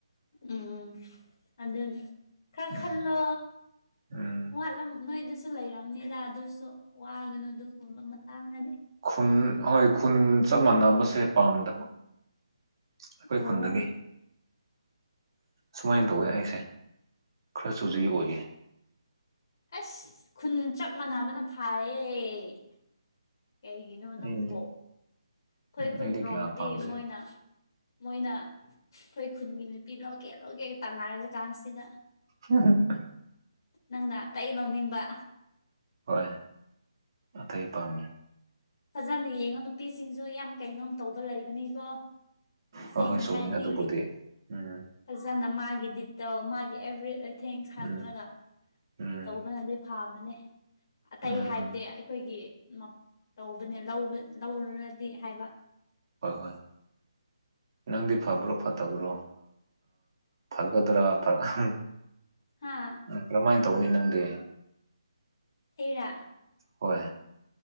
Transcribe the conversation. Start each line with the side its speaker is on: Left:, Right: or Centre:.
Left: ꯎꯝ ꯑꯗꯨ ꯈꯔ
Right: ꯎꯝ
Left: ꯈꯜꯂꯣ
Right: ꯎꯝ
Left: ꯋꯥꯠꯂꯝ ꯅꯣꯏꯗꯁꯨ ꯂꯩꯔꯝꯅꯤꯗ ꯑꯗꯨꯁꯨ ꯋꯥꯒꯅꯨ ꯑꯗꯨꯒꯒꯨꯝꯕ ꯃꯇꯥꯡ ꯍꯥꯏꯗꯤ꯫
Right: ꯈꯨꯟ ꯍꯣꯏ ꯈꯨꯟ ꯆꯞ ꯃꯥꯟꯅꯕꯁꯦ ꯄꯥꯝꯗꯕ ꯑꯩꯈꯣꯏ
Left: ꯑꯣ
Right: ꯈꯨꯟꯗꯒꯤ꯫ ꯁꯨꯃꯥꯏꯅ ꯇꯧꯋꯦ ꯑꯩꯁꯦ ꯈꯔꯁꯨꯨꯖꯤ ꯑꯣꯏꯌꯦ꯫
Left: ꯑꯁ ꯈꯨꯟ ꯆꯞ ꯃꯥꯟꯅꯕꯅ ꯐꯥꯏꯌꯦ꯫ ꯀꯩꯒꯤꯅꯣ ꯅꯪꯕꯨ
Right: ꯑꯩꯗꯤ
Left: ꯑꯩꯈꯣꯏ
Right: ꯎꯝ
Left: ꯀꯨꯟ
Right: ꯑꯩꯗꯤ
Left: ꯔꯣꯝꯗꯗꯤ
Right: ꯀꯌꯥ ꯄꯥꯝꯗꯦ
Left: ꯃꯣꯏꯅ ꯃꯣꯏꯅ ꯑꯩꯈꯣꯏ ꯈꯨꯟꯒꯤ ꯅꯨꯄꯤ ꯂꯧꯒꯦ ꯂꯧꯒꯦꯒ ꯇꯥꯟꯅꯔꯁꯤ ꯀꯥꯟꯁꯤꯗ
Right: ꯎꯝ ꯎꯝ
Left: ꯅꯪꯅ ꯇꯩ ꯂꯧꯅꯤꯡꯕ꯫
Right: ꯍꯣꯏ ꯑꯇꯩ ꯄꯥꯝꯃꯦ꯫
Left: ꯐꯖꯅ ꯌꯦꯡꯉꯣ ꯅꯨꯄꯤꯁꯤꯡꯁꯨ ꯌꯥꯝ ꯀꯩꯅꯣꯝ ꯇꯧꯕ ꯂꯩꯕꯅꯤꯀꯣ ꯁꯦꯡꯅ
Right: ꯍꯣꯏ ꯍꯣꯏ ꯆꯨꯝꯃꯦ
Left: ꯍꯥꯏꯕꯤꯒꯦ
Right: ꯑꯗꯨꯕꯨꯗꯤ ꯎꯝ
Left: ꯐꯖꯅ ꯃꯥꯒꯤ ꯗꯤꯇꯦꯜ ꯃꯥꯒꯤ ꯑꯦꯚ꯭ꯔꯤꯊꯤꯡ ꯈꯥꯡꯉꯒ
Right: ꯎꯝ ꯎꯝ
Left: ꯇꯧꯕꯅꯗꯤ ꯐꯥꯕꯅꯦ ꯑꯇꯩ
Right: ꯎꯝ
Left: ꯍꯥꯏꯕꯗꯤ ꯑꯩꯈꯣꯏꯒꯤ ꯇꯧꯕꯅꯦ ꯂꯧꯔꯗꯤ ꯍꯥꯏꯕ
Right: ꯍꯣꯏ ꯍꯣꯏ ꯅꯪꯗꯤ ꯐꯕ꯭ꯔꯣ ꯐꯠꯇꯕ꯭ꯔꯣ ꯐꯒꯗ꯭ꯔꯥ ꯐꯔꯣꯢ
Left: ꯍꯥꯥ
Right: ꯎ ꯀꯔꯝꯍꯥꯏꯅ ꯇꯧꯅꯤ ꯅꯪꯗꯤ
Left: ꯑꯦꯔꯥ
Right: ꯍꯣꯏ